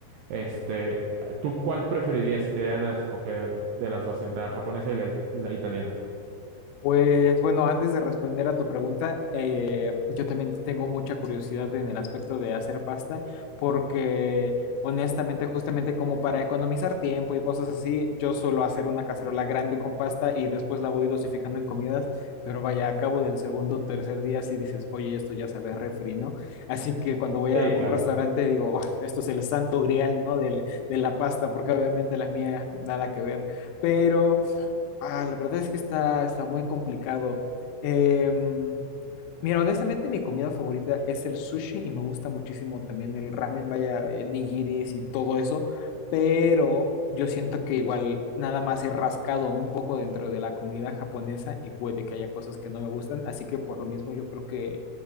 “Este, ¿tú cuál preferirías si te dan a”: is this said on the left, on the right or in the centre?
Right